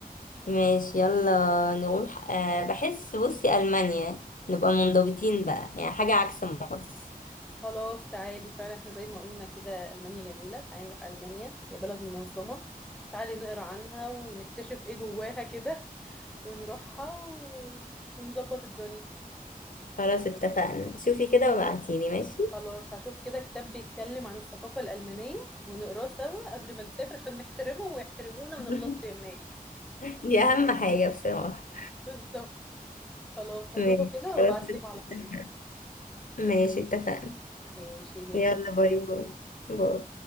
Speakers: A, on the left (about 60°); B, in the centre.
A: ماشي يلا نروح أه بحس بصي ألمانيا نبقى منضبطين بقى يعني حاجة عكس مصر
B: خلاص تعالي فعلا احنا زي ما قلنا كده ألمانيا جميلة تعالي نروح ألمانيا هي بلد منظمة تعالي نقرا عنها ونكتشف ايه جواها كده ونروحها و... ونظبط الدنيا
A: خلاص اتفقنا شوفي كده وبعتيلي ماشي
B: خلاص هشوف كده كتاب بيتكلم عن الثقافة الألمانية ونقراه سوا قبل ما نسافر عشان نحترمه ويحترمونا وما
A: <laughs>
B: نغلطش هناك
A: دي أهم حاجة بصراحة
B: بالظبط خلاص هشوفه
A: ماشي
B: كده
A: خلاص
B: وابعتلك
A: اتفقنا
B: على طول
A: ماشي اتفقنا
B: ماشي يا
A: يلا
B: جميل
A: باي باي باي